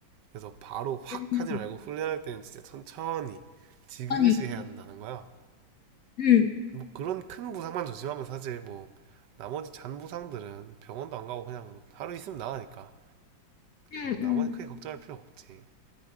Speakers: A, on the right (about 65°); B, on the left (about 60°).
A: 그래서 바로 확
B: 음,
A: 하지 말고 훈련할 때는 진짜 천천히 지그시
B: 아니,
A: 해야 한다는 거야.
B: 응,
A: 뭐 그런 큰 부상만 조심하면 사실 뭐 나머지 잔 부상들은 병원도 안 가고 그냥 뭐 하루 있으면 나가니까
B: 응,
A: 음, 나머지
B: 응.
A: 크게 걱정할 필요 없지.